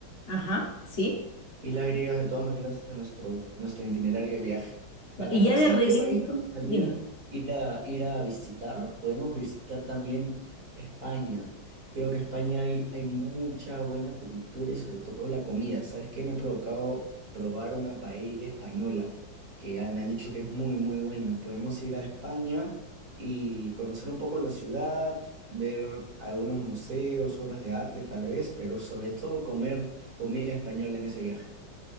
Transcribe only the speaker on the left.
Ajá, sí.
Y ya
de regreso,
dime.